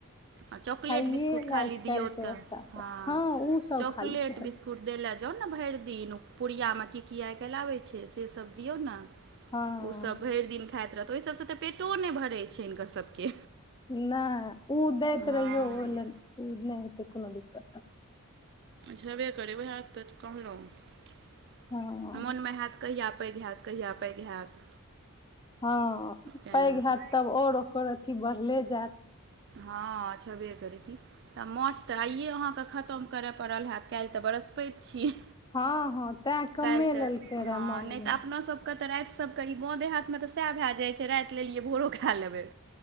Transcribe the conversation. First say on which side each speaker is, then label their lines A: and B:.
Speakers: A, on the right (about 50°); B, on the left (about 20°).
A: आ चॉकलेट
B: खाइए
A: बिस्कुट
B: लए
A: खाली
B: आज काल्हिके
A: दियौ तऽ
B: बच्चा सब
A: हँ
B: ओ सब
A: चॉकलेट
B: खाली चाही
A: बिस्कु छूट दै लए जाउ ने भरि दिन पुुरियामे की की आइ काल्हि आबै छै सेसभ दियौ ने
B: हँ
A: ओसभ भरि दिन खाइत रहत ओहि सभसँ तऽ पेटो नहि भरैत छै हिनकर सभके
B: नहि ओ दैत
A: हँ
B: रहियौ ओ ल ऊ नहि हेतै कोनो दिक्कत
A: छबे करै ओएहत तऽ कहलहुँ
B: हँ
A: मोनमे हैत' कहिया पैघ हयैत कहिया पैघ हयैत
B: हँ
A: तेँ
B: पैघ हयत तब और ओकर अथी बढ़ले जायत
A: हँ छबेए करे की तऽ माछ तऽ आइए अहाँके खतम करय पड़ल हएैत काल्हि तऽ बरहस्पति छी।
B: हँ हॅ तैं कमे
A: काल्हि तऽ
B: लेलकै
A: हँ
B: रे मा
A: नहि
B: हमर
A: तऽ अपनासभके तऽ रात सभके ई बाँ देह हाथ तऽएह भए जाइत छै रात लेलियै भोरो खा लेबै